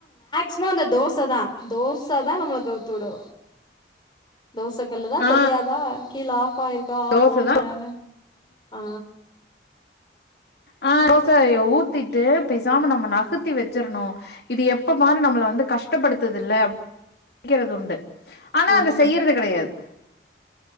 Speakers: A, on the left; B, on the left.
A: சுமா அந்த தோச தா தோச தா நம்மள கவுத்து விடு தோச கல்லு தா
B: ஆ
A: தெரியாதா கீழ ஆஃப்யில் கா ஆஃப்யில்லான்ன
B: தோச தா
A: ஆ
B: ஆ தோசய ஊத்திட்டு பேசாம நம்ம நகத்தி வச்சிர்ணு இது எப்ப பாரு நம்மள வந்து கஷ் டப்படுத்துதுல்ல க்கிறதுண்டு ஆனா
A: ம்
B: அத செய்யிறது கெடையாது